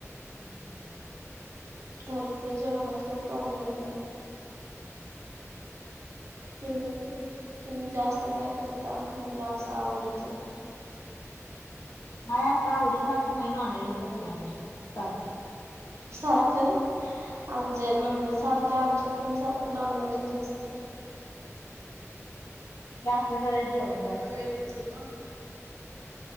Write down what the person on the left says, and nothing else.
हं
हं हं हं
काय अस आवडीच अस नाही काही नॉनव्हेजच असतय आमच्याकड सारख
ते असल जरा जेवण जातय